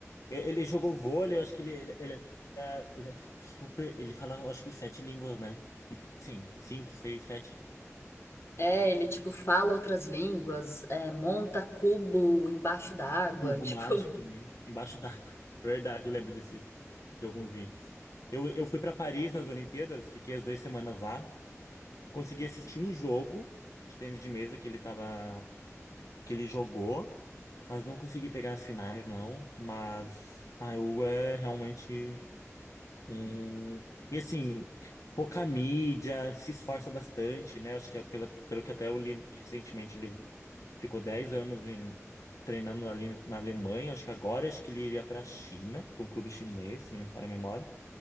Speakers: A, on the left; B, on the left.
A: E- Ele jogou vôlei, eu acho que ele, ele, ele é, ele é super. Ele fala, eu acho que sete línguas, né? sim cinco, seis, sete
B: É, ele, tipo, fala outras línguas, é, monta cubo embaixo d'água,
A: cubo
B: <laughs> tipo...
A: mágico, né? Embaixo d'água. <laughs> Verdade, eu lembro desse, de alguns vídeos. Eu, eu fui para Paris nas Olimpíadas, fiquei as duas semanas lá, consegui assistir um jogo de tênis de mesa que ele tava, que ele jogou, mas não consegui pegar as finais, não. Mas a EU é realmente um. E assim, pouca mídia, se esforça bastante, né? Acho que é pela, pelo que até eu li recentemente, ele Ficou 10 anos em treinando ali na Alemanha. Acho que agora acho que ele iria para a China, para um clube chinês, se não me falha a memória.